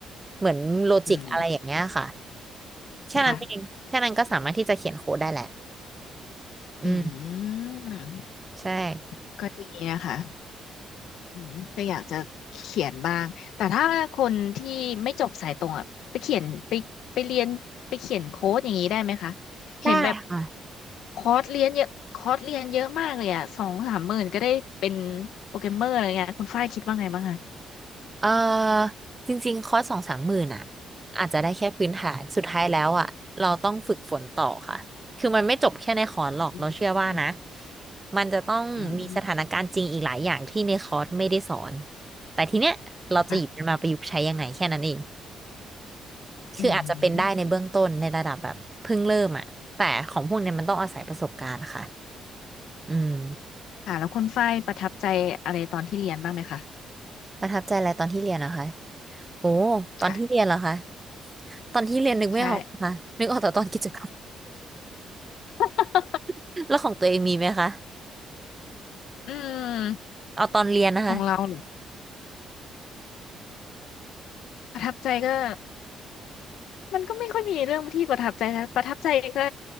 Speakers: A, on the right; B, on the left.
A: เหมือนโลจิกอะไรอย่างเงี้ยค่ะ
B: อืม
A: แค่นั้นเองแค่นั้นก็สามารถที่จะเขียนโค้ดได้แหละ
B: ค่ะ
A: อืม
B: อืม
A: ใช่
B: ก็ดีนะคะ อืมก็อยากจะเขียนบ้างแต่ถ้าคนที่ไม่จบสายตรงอ่ะไปเขียนไปไปเรียนไปเขียนโค้ดอย่างนี้ได้ไหมคะเห็นแบบ
A: ได้ค่ะ
B: คอร์สเรียนเยอะคอร์สเรียนเยอะมากเลยอ่ะสองสามหมื่นก็ได้เป็นโปรแกรมเมอร์อะไรเงี้ยคุณฝ้ายคิดว่าไงบ้างคะ
A: เออจริงๆคอร์สสองสามหมื่นอ่ะอาจจะได้แค่พื้นฐานสุดท้ายแล้วอ่ะเราต้องฝึกฝนต่อค่ะคือมันไม่จบแค่ในคอร์สหรอกเราเชื่อว่านะ
B: อืมอืม
A: มันจะต้องมีสถานการณ์จริงอีกหลายอย่างที่ในคอร์สไม่ได้สอน
B: อืม
A: แต่ทีเนี้ยเราจะหยิบมันมาประยุกต์ใช้ยังไงแค่นั้นเอง
B: ค่ะ
A: คืออาจจะเป็นได้ในเบื้องต้นในระดับแบบเพิ่งเริ่มอ่ะแต่ของพวกเนี้ยมันต้องอาศัยประสบการณ์ค่ะ
B: อืม
A: อืม
B: ค่ะแล้วคุณฝ้ายประทับใจอะไรตอนที่เรียนบ้างไหมคะ
A: ประทับใจอะไรตอนที่เรียนนะคะ โอ้ตอนที่เรียนเหรอคะ
B: ค่ะ
A: ตอนที่เรียนนึกไม่ออกค่ะนึกออกแต่ตอนกิจกรรม
B: ใช่ <laughs>
A: <laughs> แล้วของตัวเองมีไหมคะ
B: อืม
A: เอาตอนเรียนนะคะ
B: ของเราเหรอประทับใจก็ มันก็ไม่ค่อยมีเรื่องที่ประทับใจนะประทับใจก็